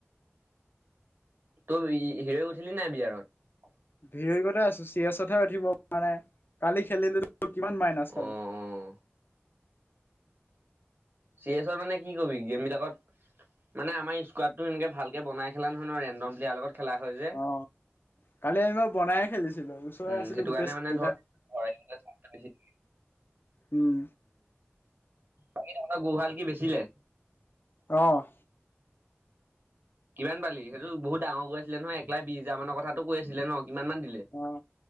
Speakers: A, on the right (about 50°); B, on the left (about 55°).
A: তই ই-ই হি'ৰ উঠিলি নাই বিয়া ঘৰত?
B: হিৰকেইতে আছোঁ। চি এছ তহে উঠিব মানে। কালি খেলিলো। কিমান মাইনাছ
A: অ
B: খালে?
A: অ চি এছৰ মানে কি কবি, গেম বিলাকত? মানে আমাৰ স্কোৱাড টো এনেকে ভালকে বনাই খেলা নহয় ন। ৰেনডম প্লেয়াৰৰ লগত খেলা হয় যে।
B: অ কালি আমি মই বনাই খেলিছিলো ওচৰৰে
A: উম,
B: আছিলো
A: সেইটো
B: গোটেই
A: কাৰণে
B: চাৰিটা
A: মানে ধৰ <unintelligible> বেছি। <inaudible>
B: উম,
A: বাকী তহঁতৰ গোহাল কি বেচিলে?
B: অ',
A: কিমান পালি? সেইটো বহুত ডাঙৰ গৰু আছিলে নহয়। একলাখ বিশ হাজাৰ মানৰ কথাটো কৈ আছিলে ন। কিমান মান দিলে?
B: অ',